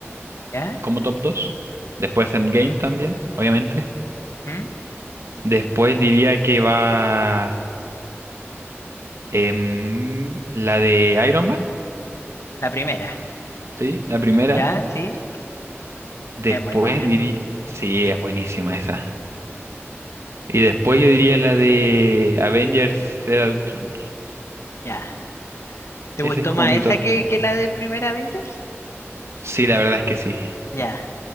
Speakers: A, on the left; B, on the right.
A: ¿Ya?
B: como top dos Después Endgame también, obviamente.
A: ¿Mm?
B: Después diría que va em, la de Iron Man,
A: La primera.
B: ¿sí? La primera.
A: ¿Ya? Sí.
B: Después
A: Es muy buena.
B: diría... Sí, es buenísima esa. Y después yo diría la de Avengers Era de Ultron.
A: Ya. ¿Te
B: Ese
A: gustó
B: es como
A: más
B: mi
A: esa
B: top
A: que,
B: cinco
A: que la de primera Avengers?
B: Sí, la verdad es que sí.
A: Ya.